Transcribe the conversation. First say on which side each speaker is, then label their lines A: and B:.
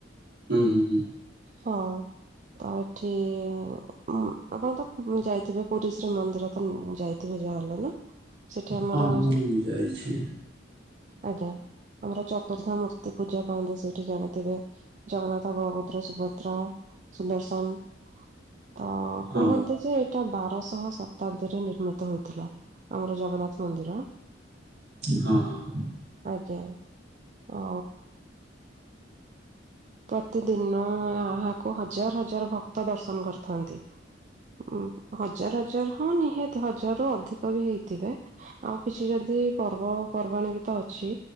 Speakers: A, on the right; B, on the right.
A: ହୁଁ, ହୁଁ, ହୁଁ।
B: ହଁ। ତ ଏଠି ଉଁ, ଆପଣ ତ ଯାଇଥିବେ ପୁରୀ ଶ୍ରୀ ମନ୍ଦିର ତ ଉଁ, ଯାଇ ଥିବେ ଯାହା ହେଲେ ନା। ସେଠି ଆମର
A: ହଁ ମୁଁ ଯାଇଛି
B: ଆଜ୍ଞା ଆମର ଚତୁର୍ଦ୍ଧା ମୂର୍ ତ ପୂଜା ପାଆନ୍ତି ସେଇଠି ଜାଣିଥିବେ ଜଗନ୍ନାଥ, ବଳଭଦ୍ର, ସୁ ଭଦ୍ରା ସୁଦର୍ଶନ ତ
A: ହଁ
B: କୁହନ୍ତି ଯେ ଏଟା ଵା ରଶହ ଶତାବ୍ଦୀରେ ନିର୍ମିତ ହୋଇଥିଲା ଆମର ଜଗନ୍ନାଥ ମନ୍ଦିର।
A: ହଁ, ହଁ।
B: ଆଜ୍ଞା ଆ, ପ୍ରତିଦିନ ଏହାକୁ ହଜାର ହଜାର ଭକ୍ତ ଦର୍ଶନ କରିଥାନ୍ତି। ଉଁ, ହଜାର ହଜାର ହଁ ନିହାତି ହଜାର ରୁ ଅଧିକ ବି ହେଇଥିବେ। ଆଉ କିଛି ଯଦ ଯେ ପର୍ବପର୍ବାଣୀ ବି ତ ଅଛି